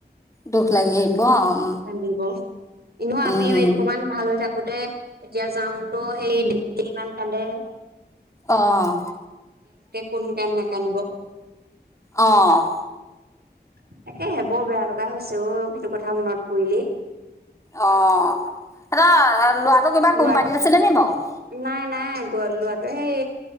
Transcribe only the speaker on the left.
দুখ লাগি আহিব উম
উম
অ'।
অ'।
অ', সেঁতৰ লৰাটো কিবা
কোম্পানীত আছিলে নি বাৰু?